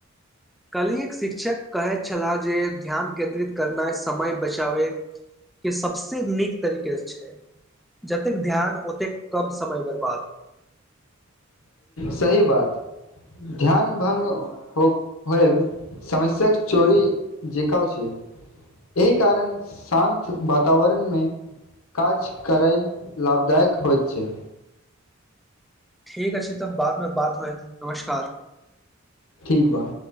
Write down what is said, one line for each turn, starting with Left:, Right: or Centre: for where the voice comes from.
Centre: कल्हि एक शिक्षक कहैत छलाह जे ध्यान केन्द्रित करनाइ समय बचाबै के सबसँ नीक तरीके छै जतेक ध्यान ओतेक कम समय बरबाद
Left: सही बात ध्यान भंग होएब समस्यक चोरी जेकाउ छै एहि कारण शान्त वातावरणमे काज करै लाभदायक होइत छै
Centre: ठीक अछि तब बादमे बात होएत नमस्कार
Left: ठीक बा